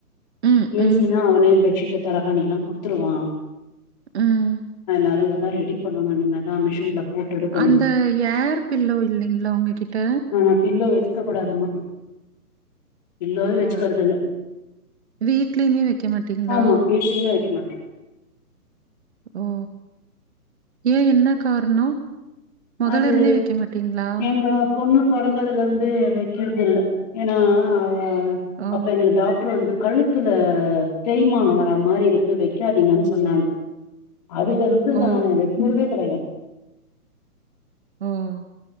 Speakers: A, on the right; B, on the left.
A: ம்,
B: ஏசினா
A: ம்,
B: அவனே பெட்ஷீட்டு தலகாணிலா குடுத்துருவா
A: ம்.
B: அதனால இதல்லா ரெடி பண்ணணு இனிமேதா மிஷின்ல போட்டு எடுக்கணு
A: அந்த ஏர் பில்லோ இல்லிங்களா உங்ககிட்ட
B: ஆனா பில்லோ வெக்க கூடாதுமா பிலோவே வெச்சுக்கறது
A: ஓ!
B: இல்ல
A: வீட்லயுமே வைக்க மாட்டீங்களா?
B: ஆமா வீட்லயுமே வெக்க மாட்டே
A: ஓ ஏன் என்ன கார்ணோ மொதலருந்தே
B: அது
A: வெக்க மாட்டீங்ளா
B: எங்க பொண்ணு பொறந்ததுலர்ந்தே வெக்கற்து இல்ல ஏனா ஆ வ
A: ஓ!
B: அப்ப எனக்கு டாக்டர் வந்து கழுத் த்துல தேய்மானம் வரா மாரி இருக்கு வெக்காதீங்கன்னு சொன்னாங்க அதுலருந்து
A: ஓ!
B: நானு வெக்கர்தே கெடையாது
A: ம்